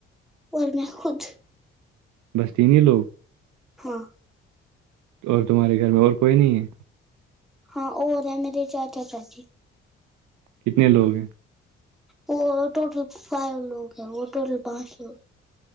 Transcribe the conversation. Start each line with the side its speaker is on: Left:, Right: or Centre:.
Centre: اور میں خود
Right: بسطین لوگ
Centre: ہاں
Right: اور تمہارے گھر میں اور کوئی نہیں ہے
Centre: ہاں اور رہ ہے میرے چاچا چاچی
Right: کتنے لوگ ہیں
Centre: وہ ٹوٹل فائیو لوگ ہیں وہ ٹوٹل پانچ لوگ